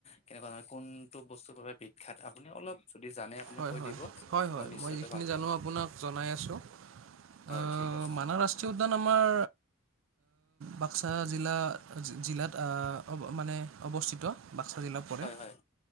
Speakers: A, on the left; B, on the right.
A: কেনেকুৱা ধৰণৰ কোনটো বস্তুৰ বাবে বিখ্যাত আপুনি অলপ। যদি জানে আপুনি
B: হয়,
A: কৈ
B: হয়,
A: দিব
B: হয়, হয়
A: নিশ্চয়কৈ
B: মই যিখিনি
A: ভাল পাম
B: জানো আপোনাক জনাই আছোঁ। আহ
A: হয় ঠিক আছে
B: মানৱ ৰাষ্ট্ৰীয় উদ্যান আমাৰ। বাক্সা জিলা জিলাত অ মানে অৱস্থিত। বাক্সা জিলাত পৰে
A: হয় হয়